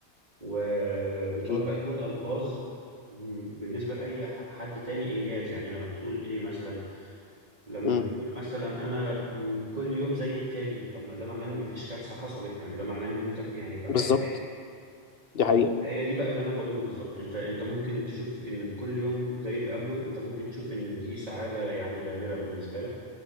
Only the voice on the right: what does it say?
وبتقعد
بقى تقول ألفاظ م- بالنسبة لأي حد تاني إنجاز يعني لما بتقول إيه مثلا لما
بتقول مثلا أنا م- كل يوم زي التاني طب ما ده معناه إن مفيش كارثة حصلت يعني ده معناه إن أنت يعني تمام
هي دي بقى اللي انا بقوله بالظبط انت انت ممكن تشوف ان كل يوم زي اللي قبله انت ممكن تشوف ان دي سعاده يعني غامره بالنسبه لك